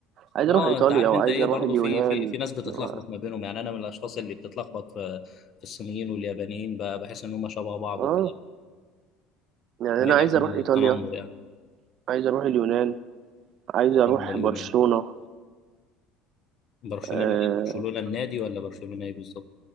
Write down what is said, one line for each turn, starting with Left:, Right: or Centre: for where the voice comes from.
Right: عايز
Left: اه
Right: أروح إيطاليا
Left: انت عارف
Right: وعايز
Left: انت ايه
Right: أروح
Left: برضو
Right: اليونان
Left: في في في ناس بتتلخبط
Right: و...
Left: ما بينهم يعني انا من الاشخاص اللي بتتلخبط في في الصينيين واليابانيين ب- بحس ان هم شبه بعض
Right: آه
Left: وكده
Right: يعني
Left: فبعيدا
Right: انا عايز
Left: عن
Right: اروح
Left: التنمر
Right: ايطاليا
Left: يعني
Right: عايز اروح اليونان عايز اروح
Left: الكلام ده اليومين
Right: برشلونة
Left: برشلونة
Right: آه
Left: برشلونة النادي ولا برشلونة ايه بالظبط